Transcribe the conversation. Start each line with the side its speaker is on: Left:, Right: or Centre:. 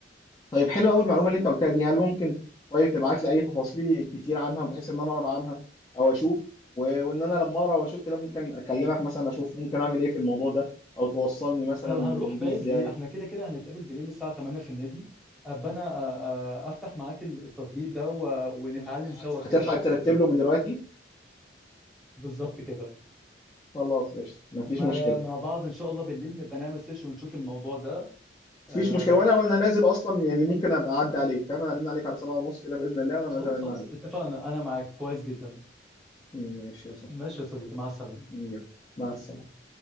Left: طيب حلو قوي المعلومه اللي انت قلتها دي هل ممكن طيب تبعت لي اي تفاصيل كتير عنها بحيث ان انا اقرا عنها او اشوف و- وان انا لما اقرا واشوف كده ممكن اكلمك مثلا اشوف ممكن اعمل ايه في الموضوع ده او توصلني مثلا
Centre: طب هنروح بعيد
Left: بيه ازاي
Centre: ليه احنا كده كده هنتقابل بالليل الساعة 8 في النادي ابقى انا أ- أ- افتح معاك التطبيق ده و... ونتعلم
Left: طيب هت-
Centre: سوا
Left: هتلحق
Centre: كده
Left: ترتب
Centre: دنيته
Left: له من دلوقتي
Centre: بالظبط كده
Left: خلاص قشطه مفيش
Centre: ما...
Left: مشكله
Centre: مع بعض ان شاء الله بالليل نبقى نعمل سيشن ونشوف الموضوع ده
Left: مفيش
Centre: آه...
Left: مشكله وانا وانا نازل اصلا يعني ممكن ابقى اعدي عليك فاهم انا ارن عليك على 7:30 كده باذن الله انا
Centre: خلاص
Left: نازل ارن
Centre: خلاص
Left: عليك
Centre: اتفقنا انا معاك كويس جدا
Left: ماشي يا صاحبي
Centre: ماشي يا صديقي مع السلامة
Left: يلا. مع السلامه